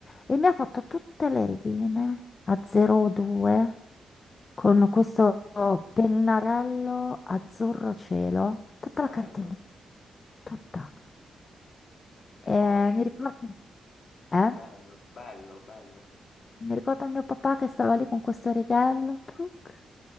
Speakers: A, on the left; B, on the left.
A: E mi ha fatto tutte le righine a 02 con
B: <laughs>
A: questo pennarello azzurro cielo. Tutta
B: Bello.
A: la cartellina, tutta. E
B: Poi,
A: mi ricordo... Eh?
B: bello, bello, bello.
A: Mi ricordo mio papà che stava lì con questo righello, truc,